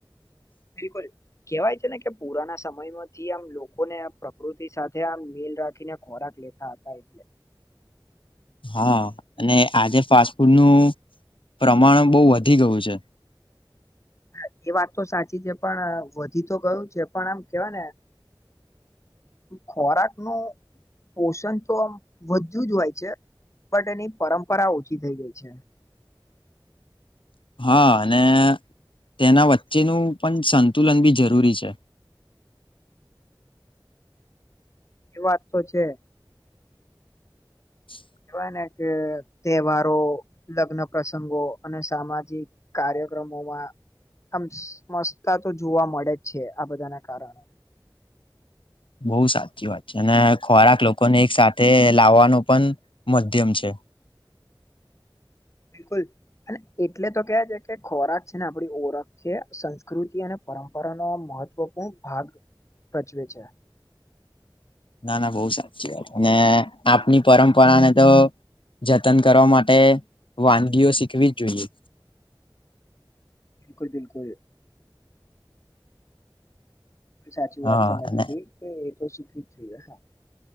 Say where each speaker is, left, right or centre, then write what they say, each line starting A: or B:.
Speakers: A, on the left; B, on the left.
A: બિલકુલ કેવાય છે ને કે પુરાના સમય માંથી આમ લોકોને પ્રકૃતિ સાથે આમ મેલ રાખીને ખોરાક લે બેઠા હતા એટલે
B: હા અને આજે ફાસ્ટ ફૂડ નું પ્રમાણ બો વધી ગયું છે
A: હા એ વાત તો સાચી છે પણ વધી તો ગયું છે પણ આમ કેવાય ને ખોરાક નું પોષણ તો આમ <unintelligible> હોય છે બટ એની પરંપરા ઓછી થઈ ગઈ છે
B: <inaudible> હા અને તેના વચ્ચેનું પન સંતુલન ભી જરૂરી છે
A: એ વાત તો છે
B: <inaudible>
A: કેવાય ને કે તહેવારો લગ્ન પ્રસંગો અને સામાજિક કાર્ય કાર્યક્રમોમાં આમ સમસ્તા તો જોવા મળે જ છે આ બધાના કારણે
B: બોઉ સાચી વાત છે અને ખોરાક લોકોને એક સાથે લાવવાનો પન મધ્યમ છે. <inaudible>
A: બિલકુલ એટલે તો છે કે ખોરાક છે ને આપણી ઓળખ છે સંસ્કૃતિ અને પરંપરાનો મહત્વપૂર્ણ ભાગ ભજવે છે.
B: ના ના બોઉ સાચી વાત અને આપની પરંપરાને તો જતન કરવા માટે વાનગીઓ શીખવી જ જોઈએ.
A: બિલકુલ બિલકુલ. એ સાચી
B: હા
A: વાત તમે
B: અને
A: કીધી કે એ તો શીખવી જ જોઈએ હા.